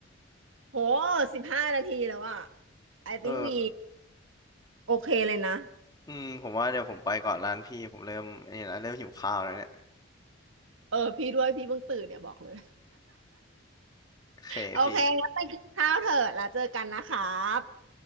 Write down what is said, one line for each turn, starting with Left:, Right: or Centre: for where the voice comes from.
Right: โหสิบห้านาทีแล้วอะ I
Left: เออ
Right: think we โอเคเลยนะ
Left: อืมผมว่าเดี๋ยวผมไปก่อนร้านพี่ ผมเริ่มไอันนี้แล้วเริ่มหิวข้าวแล้วเนี่ย
Right: เออพี่ด้วยพี่เพิ่งตื่นเนี่ยบอกเลย
Left: โอเคพี่
Right: โอเคงั้นไปกินข้าวเถอะแล้วเจอกันนะครับ